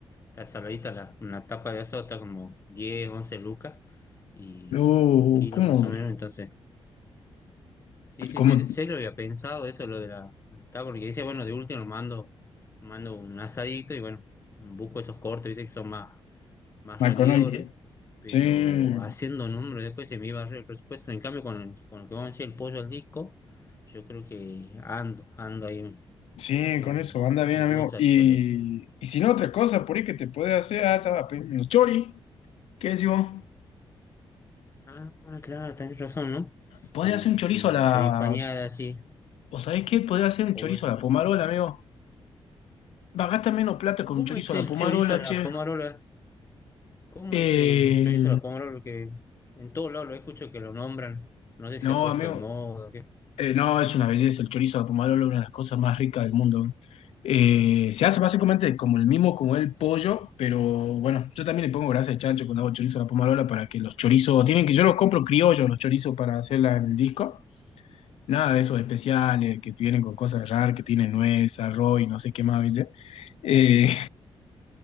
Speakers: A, on the left; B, on the left.
A: está saladita la, una tapa de asado, está como 10 11 lucas y
B: sí. Uh,
A: por kilo
B: ¿cómo?
A: más o menos, entonces... Sí, sí,
B: ¿Cómo?
A: sí, sí lo había pensado eso, lo de la está porque dice, bueno, de último mando, mando un asadito y bueno, busco esos cortes, viste, que son más, más
B: McConaughey.
A: rendidores, pero
B: Sí.
A: haciendo números después se me iba a el presupuesto. En cambio, con, con lo que vamos a decir, el pollo al disco, yo creo que ando, ando ahí, un-
B: Sí,
A: no,
B: con eso, anda bien,
A: incluso
B: amigo. Y,
A: hasta le...
B: y si no, otra cosa, por ahí que te puede hacer, ah, estaba pensando, chori, ¿qué decimos?
A: Ah, claro, tenés razón, ¿no?
B: Podés
A: Eh,
B: hacer un chorizo
A: una
B: a la.
A: choripañada así,
B: ¿O sabés qué? Podés hacer un
A: o
B: chorizo
A: bueno,
B: a la pomarola, amigo. Va, gasta menos plata con
A: ¿cómo
B: un chorizo
A: es
B: a
A: el
B: la pomarola,
A: chorizo a la
B: che.
A: pomarola? ¿Cómo
B: Eh,
A: es el chorizo a la pomodoro? Porque en todos lados lo escucho que lo nombran. No sé
B: No,
A: si se ha puesto
B: amigo.
A: de moda o qué.
B: Eh, no, es una belleza. El chorizo de Pomarolo es una de las cosas más ricas del mundo. Eh, se hace básicamente como el mismo, como el pollo, pero bueno, yo también le pongo grasa de chancho cuando hago chorizo a la pomarola para que los chorizos, tienen que, yo los compro criollos, los chorizos para hacerla en el disco. Nada de esos especiales que vienen con cosas raras, que tienen nuez, arroz y no sé qué más, ¿viste? Eh,